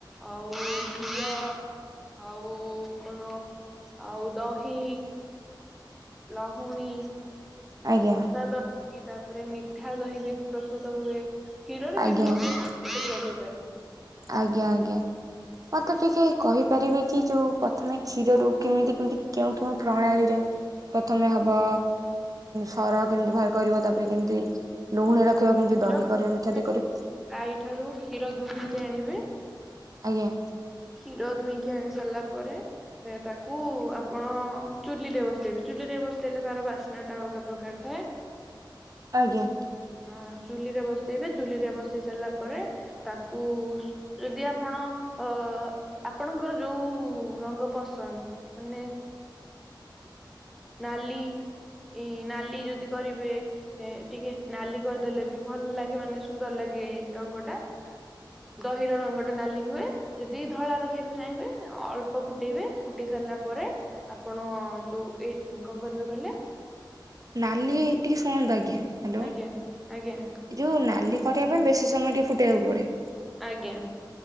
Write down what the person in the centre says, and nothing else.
ଆଉ ଘିଅ ଆଉ କଣ ଆଉ ଦହି ଲହୁଣୀ
ବଷା ଦ କି ତାପରେ ମିଠା ଦହି ବି ପ୍ରସ୍ତୁତ ହୁଏ। କ୍ଷୀରରେ
ବିଭିନ୍ନ
<inaudible> ହେଇପାରେ।
କ୍ଷୀର
<unintelligible>
ଆଈଠାରୁ କ୍ଷୀର ଦୁହିଁକି ଆଣିବେ।
କ୍ଷୀର ଦୁଇଁକି ଆଣି ସାରିଲା ପରେ ତାକୁ ଆପଣ ଅ - ଚୁଲିରେ ବସେଇବେ। ଚୁଲି ରେ ବସେଇଲେ ତାର ବାସ୍ନା ଟା ଅଲଗା ପ୍ରକାର ଥାଏ।
ଅ ଚୁଲିରେ ବସେଇବେ ଚୁଲିରେ ବସେଇ ସାରିଲା ପରେ ତାକୁ ଉ ଯଦି ଆପଣ ଅ ଆପଣଙ୍କର ଯୋଉଁ ରଙ୍ଗ ପସନ୍ଦ ମାନେ ନାଲି। ଇ ଇ ନାଲି ଯଦି କରିବେ ଏ ଟିକେ ନାଲି କରିଦେଲେ ବି ଭଲ ଲାଗେ ମାନେ ସୁନ୍ଦର ଲାଗେ ଗେ ରଙ୍ଗଟା। ଦହିର ରଙ୍ଗଟା ନାଲି ହୁଏ ଯଦି ଧଳା ରଖିବାକୁ ଚାହିଁବେ ଅଳ୍ପ ଫୁଟେଇବେ ଫୁଟେଇ ସାରି ସାରିଲା ପରେ ଆପଣ ଯୋଉ ଏ କଣ କରିବେ କହିଲେ?
ଆଜ୍ଞା ଆଜ୍ଞା
ଆଜ୍ଞା।